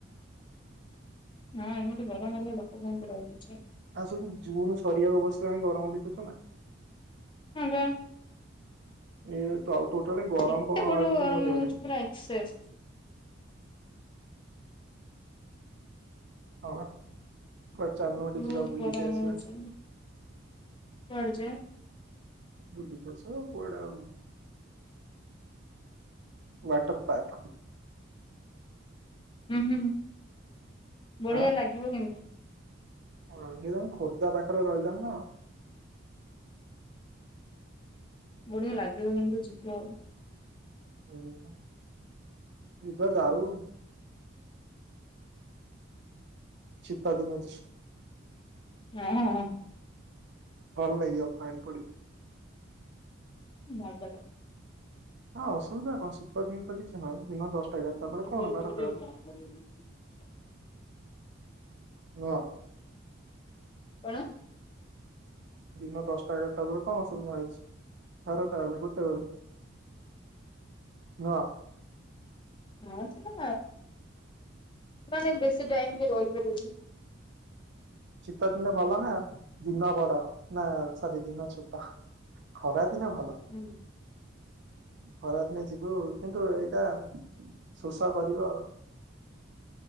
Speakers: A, on the left (about 25°); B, on the right (about 60°).
A: ହଁ ଏମିତି ଗରମ ହେଲେ ଲୋକ କେମତି ରହିବେ ଯେ।
B: ଆ ସୁ ଜୁନ ସରିବାକୁ ବସିଲାଣି ଗରମ ଦେଖୁଛୁ ନା।
A: ହଁ ବା।
B: ଏ ଟୋଟାଲି ଗରମ
A: ଏତେ
B: ପବନ
A: ବଡ଼
B: ବାଜୁଛି
A: ଗରମ
B: ମୋ ଦେହରେ
A: ହେଉଚି ପୁରା ଏକ୍ସସ୍।
B: ହଁ ବା। କୁଆଡେ ଚାଲନୁ ଗୋଟେ
A: ବହୁତ
B: ଯିବା ବୁଲିିକି
A: ଗରମ
B: ଆସିବା।
A: ହଉଛି। କୁଆଡେ ଯେ
B: ବୁଲିକି ଆସିବା କୁଆଡେ ଆଉ। Water park.
A: ହୁଁ ହୁଁ ବଢିଆ
B: ଆଁ
A: ଲାଗିବ କିନ୍ତୁ।
B: ହଁ ସେଏ ତମେ ଖୋର୍ଦ୍ଧା ପାଖରେ ରହିଲାଣି।
A: ବଢିଆ ଲାଗିବ କିନ୍ତୁ ଯିବ।
B: ହିଁ ଯିବା। <unintelligible> <unintelligible>
A: ହଁ।
B: ଭଲ ଲାଗିବ, ପାଣି ପଡିବ।
A: <unintelligible>
B: ହଁ, ଅସୁବିଧା କଣ ଶୀତ ଦିନ ତ କିଛି ନାହିଁ, ଦିନ ଦଶଟା ଏଗାରଟା
A: ଲାଗିବ।
B: ବେଳେ କଣ ବାରଟା।
A: <unintelligible>
B: ହଁ।
A: କଣ?
B: ଦିନ ଦଶଟା ଏଗାରଟା ବେଳେ କଣଅସୁବିଧା ହଉଛି। ବାରଟା ବେଳେ ଗୋଟେ ବେଳ। ନୁହଁ?
A: ହଁ ଯେ ମାନେ ବେଶୀ ଟାଇମ୍ ରହିପାରିବିନି। <unintelligible>
B: ଶୀତ ଦିନେ ଭଲ ନା। ଦିନ ବଡ ନା ସରି ଦିନ ଛୋଟ ଖରା ଦିନେ ଭଲ।
A: ହୁଁ।
B: ଖରାଦିନେ ଯିବୁ। କିନ୍ତୁ ଏଇଟା ଶୋଷ କରିବ ଆଉ।